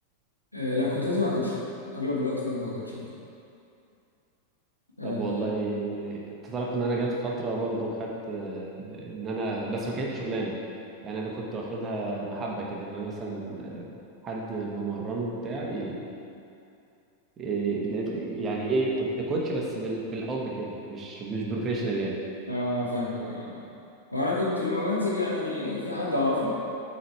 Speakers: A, on the left (about 85°); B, on the right (about 25°).
A: آه، لا كنت بنزل مع كوتش اغلب الوقت كنت مع كوتش يعني اه
B: طب والله انت تعرف ان انا جت فتره برضو خدت آه، ان انا بس ما كانتش شغلانه يعني انا كنت واخدها محبه كده ان انا مثلا حد بمرنه بتاعي إيه، يعني ايه كنت كوتش بس بال- بالحب كده مش مش بروفيشنال يعني
A: آه، فاهمك اه وانا كنت لما بنزل يعني في حد اعرفه